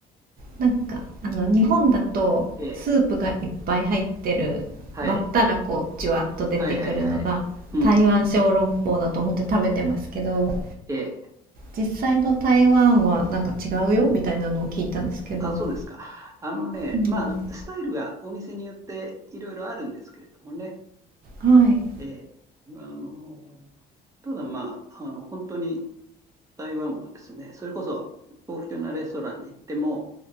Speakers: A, on the right; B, on the right.
A: なんか、あの、日本だとスープがいっぱい入ってる、
B: ええ。はい。
A: 割ったらこう、じゅわっと出てくるのが、
B: はいはいはい。うん。
A: 台湾小籠包だと思って食べてますけど
B: ええ。
A: 実際の台湾はなんか違うよみたいなのを聞いたんですけど、
B: あ、そうですか。あのね、
A: うん、
B: まあ、スタイルがお店によっていろいろあるんですけれどもね。
A: はい、
B: ええ、あの、ただまあ、あの、本当に台湾はですね、それこそ高級なレストランに行っても、